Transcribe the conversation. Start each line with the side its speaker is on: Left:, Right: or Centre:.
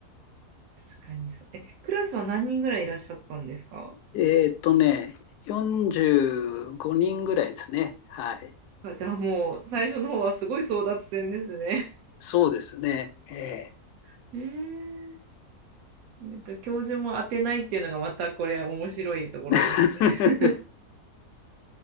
Right: 確かにそう。え、クラスは何人ぐらいいらっしゃったんですか
Left: えーっとね、45人ぐらいですね。はい。
Right: あ、じゃあもう最初の方はすごい争奪戦ですね。
Left: そうですね。ええ
Right: <laughs> えー、なんか教授も当てないっていうのがまたこれ面白いところですね。
Left: <laughs>